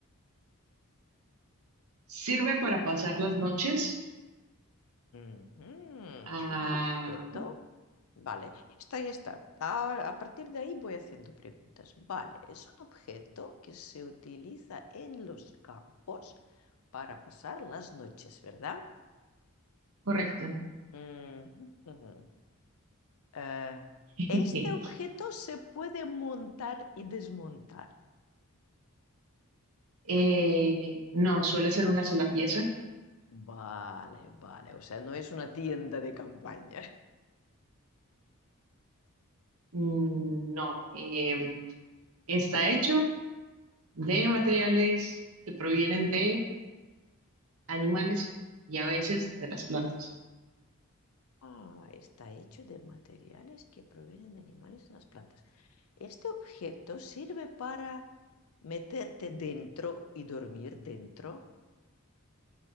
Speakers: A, on the right (about 70°); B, on the left (about 70°).
A: Sirve para pasar las noches.
B: Ujú.
A: Ah,
B: Un objeto. Vale, Y está, ya está. Ahora, a partir de ahí voy haciendo preguntas. Vale, es un objeto que se utiliza en los campos para pasar las noches, ¿verdad?
A: correcto.
B: Ujú. ujú. Eh,
A: <laughs>
B: este objeto se puede montar y desmontar.
A: Eh, no, suele ser una sola pieza.
B: Vale, vale. O sea, no es una tienda de campaña.
A: Mm, No, em, está hecho de materiales
B: Mm.
A: que provienen de animales y a veces de las plantas.
B: Ah, está hecho de materiales que provienen de animales en las plantas. Este objeto sirve para meterte dentro y dormir dentro.